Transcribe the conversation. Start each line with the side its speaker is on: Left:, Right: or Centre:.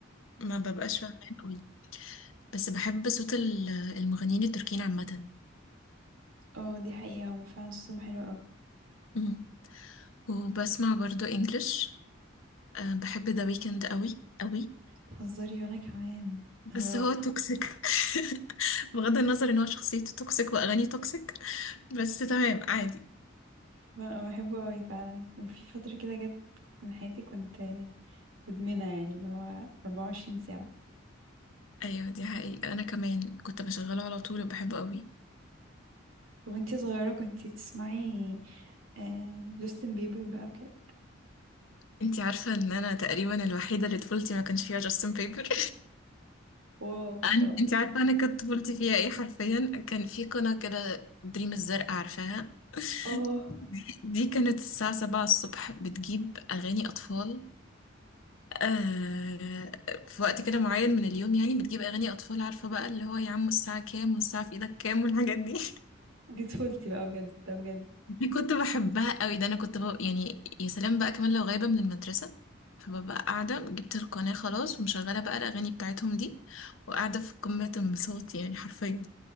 Left: ما ببقاش فاهمه قوي بس بحب صوت ال- المغنيين التركيين عامه
Right: اه دي حقيقة هو فعلا صوصهم حلو اوي
Left: مم. وبسمع برضو انجلش أه بحب ذا ويكند قوي قوي
Right: تهزري وانا كمان
Left: بس
Right: نهار
Left: هو
Right: ابيض
Left: توكسيك <laughs> بغض النظر ان هو شخصيته توكسيك واغانيه توكسيك بس تمام عادي
Right: ب- بحبه اوي فعلا وفي فترة كده جت من حياتي كنت مدمنة يعني اللي هو 24 ساعة
Left: ايوه دي حقيقة انا كمان كنت بشغله على طول وبحبه قوي
Right: وانتي صغيرة كنتي بتسمعي آه جاستن بيبر بقى وكده
Left: انتي عارفة ان انا تقريبا الوحيدة اللي طفولتي ما كانش فيها جاستن بيبر
Right: واو
Left: <laughs>
Right: ما
Left: أن-
Right: شاء الله
Left: انتي عارفة انا كانت طفولتي فيها ايه حرفيا كان في قناة كده دريم الزرق عارفاها <laughs>
Right: اه
Left: دي دي كانت الساعة سبعة الصبح بتجيب أغاني أطفال آه في وقت كده معين من اليوم يعني بتجيب اغاني اطفال عارفه بقى اللي هو يا عم الساعه كام والساعه في ايدك كام والحاجات دي <laughs>
Right: دي طفولتي بقى بجد ده بجد
Left: دي كنت بحبها قوي ده انا كنت بقى يعني يا سلام بقى كمان لو غايبه من المدرسه فببقى قاعده جبت القناه خلاص ومشغله بقى الاغاني بتاعتهم دي وقاعده في قمه انبساطي يعني حرفيا